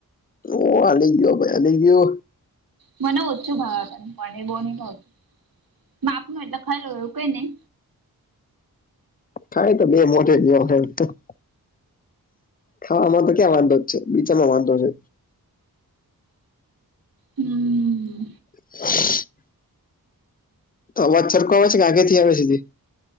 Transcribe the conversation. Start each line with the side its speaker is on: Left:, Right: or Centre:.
Left: ઓહ <unintelligible> ગયો ભાઈ <unintelligible> ગયો.
Right: મને ઓછું ભાવે પણ પનીર બૌ નહિ ભાવતુ માપનું એટલે ખઈ લઉ એવું કઈ નહી!
Left: ખાય તો બે મોઢે <unintelligible> ગયો <unintelligible> ખાવામાં તો ક્યાં વાંધો જ છે! બીજામાં વાંધો છે.
Right: હમ્મ
Left: <unintelligible> તો અવાજ સરખો આવે છે કે આઘે થી આવે છે હજી?